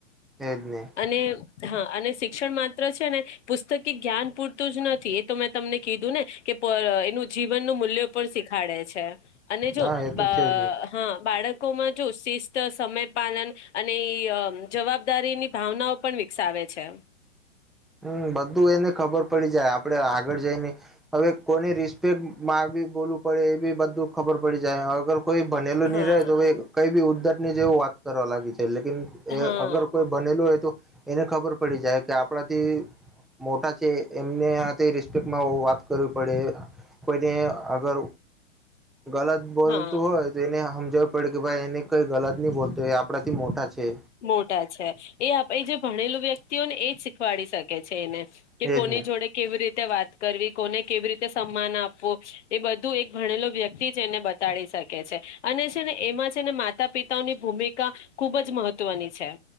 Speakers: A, in the centre; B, on the left.
A: એજ નહી
B: અને હા અને શિક્ષણ મા ત્ર છે ને પુસ્તકી જ્ઞાન પૂરતું જ નથી, એ તો મેં તમને કીધું ને કે પ એનું જીવન પણ શીખાડે છે, અને જોવો
A: હા એ
B: બ
A: તો છે જ નહી
B: હા બાળકોમાં જો શિસ્ ત, સમય પાલન અને ઈ અ જવાબદારીની ભાવનાઓ પણ વિકસાવે છે.
A: હમ્મ, બધું એને ખબર પડી જાય આપડે આગળ જઈને હવે કોની રિસ્પેક્ટમાં બી બોલવું પડે એ બી બધું ખબર પડી જાય અ ગર કોઈ ભનેલું
B: હા
A: નહી રહે તોએ કઈ બી ઉદ્ધ ને જેવું વાત કરવા લાગી લેકીન એ
B: હા
A: અગર કોઈ બનેલું હોય તો એને ખબર પડી જાય કે, આ પળાથી મોટા છે, એમને આથી રિસ્પેક્ટમાં વાત કરવી પડે કોઈને અગર ગલત બોલતું
B: હા
A: હોય તો એને હમ ખબર પડે કે ભાઈ એને કઈ ગલત નય બોલતો, એ આપણા થી મોટા છે
B: મોટા છે એ એ જે ભણેલું વ્યક્ ક્તિ હોય ને એ જ શીખવાડી શકે છે એને. કે
A: એજ
B: કોની
A: ને
B: જોડે કેવી રીત વાત કરવી, કોને કેવી રીતે સન્માન આપવું, એ બધું એક ભણેલો વ્યક્તિ જેને બતાડી શકે છે અને છે ને એમાં છે ને માતા પિતાઓની ભૂમિકા ખુબ જ મહત્ મહત્વની છે.